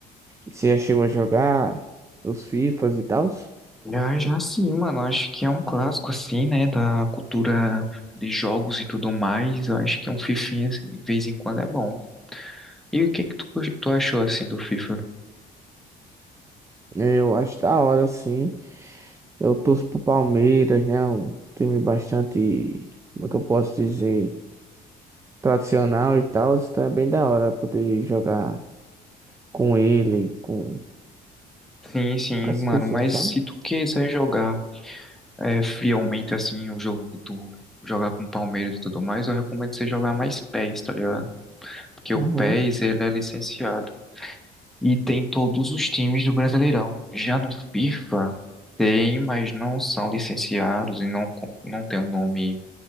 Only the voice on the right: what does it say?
Você já chegou a jogar os FIFAs e tal?
Eu acho da hora, sim. Eu torço pro Palmeiras, né? Um time bastante, como é que eu posso dizer, tradicional e tal. Então é bem da hora poder jogar com ele, com
com as
pessoas,
sabe?
Uhum.